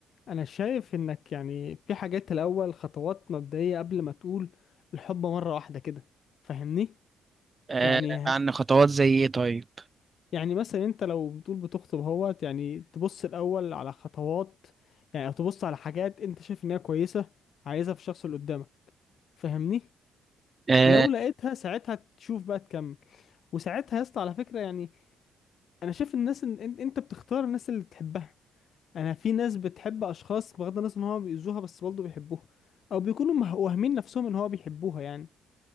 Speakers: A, on the left; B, on the right.
A: انا شايف انك يعني في حاجات الاول خطوات مبدئيه قبل ما تقول الحب مره واحده كده فاهمني
B: آه،
A: يعني
B: عن خطوات زي ايه طيب
A: يعني مثلا انت لو بتقول بتخطب اهوت يعني تبص الاول على خطوات يعني او تبص على حاجات انت شايف انها كويسه عايزها في الشخص اللي قدامك فاهمني
B: آه،
A: لو لقيتها ساعتها تشوف بقى تكمل وساعتها يا اسطى على فكره يعني انا شايف الناس ان إن- انت بتختار الناس اللي تحبها انا في ناس بتحب اشخاص بغض النظر ان هو بيأذوها بس برضه بيحبوها او بيكونوا مه- واهمين نفسهم ان هو بيحبوها يعني